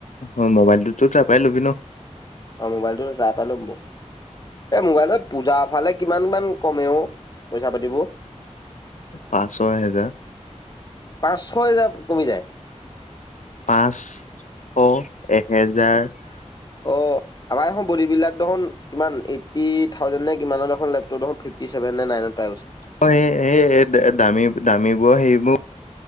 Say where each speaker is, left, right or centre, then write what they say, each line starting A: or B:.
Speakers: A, on the left (about 80°); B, on the left (about 35°).
A: অ' মোবাইলটো তো তাৰপৰাই লবি ন'।
B: অ' মোবাইলটো যা তা ল'ম ব। এই মোবাইলত পূজাৰ ফালে কিমান মান কমে অ' পইচাপাতিবোৰ?
A: পাঁচ - ছয় হেজাৰ।
B: পাঁচ - ছয় হেজাৰ কমি যায়?
A: পাঁচ শ এহেজাৰ <inaudible>
B: অ আমাৰ এখন বোডী বিল্ডাৰ দেখোন কিমান এইট্টি থাউজেন নে কিমানৰ দেখোন লেপটপ দেখোন ফিফ টি চেভেন নে নাইনত পাই গৈছে।
A: অ' এ- এ- এই দ- দামী- দামীবোৰ সেইবোৰ